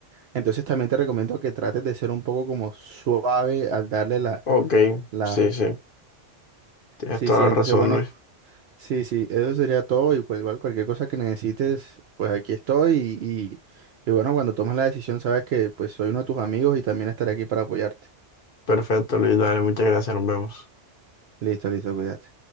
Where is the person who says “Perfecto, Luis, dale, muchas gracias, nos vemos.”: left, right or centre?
Left